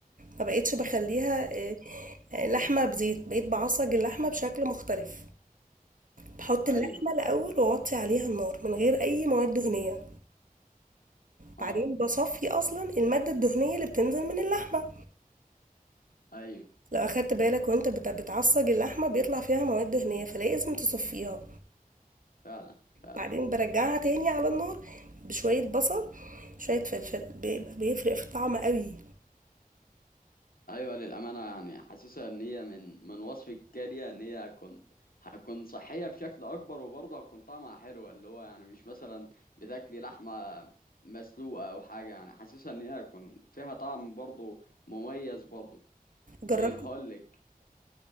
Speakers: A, on the right; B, on the left.
A: ما بقيتش بخليها آه، آه، لحمة بزيت بقيت بعصج اللحمة بشكل مختلف بحط
B: ايوه
A: اللحمة الأول وأوطي عليها النار من غير أي مواد دهنية
B: اه
A: بعدين بصفي أصلا المادة الدهنية اللي بتنزل من اللحمة
B: ايوه
A: لو أخدت بالك وأنت بت- بتعصج اللحمة بيطلع فيها مواد دهنية فلازم تصفيها
B: فعلا فعلا
A: بعدين برجعها تاني على النار بشوية بصل شوية فلفل بيبقى بيفرق في الطعم قوي
B: ايوه للامانه يعني حاسسها ان هي من من وصف الكارية ان هي هتكون هتكون صحيه بشكل اكبر وبرضه هتكون طعمها حلو اللي هو يعني مش مثلا بتاكلي لحمه مسلوقه او حاجه يعني حاسسها ان هي هتكون فيها طعم برضه مميز برضه
A: جربت
B: طيب هقولك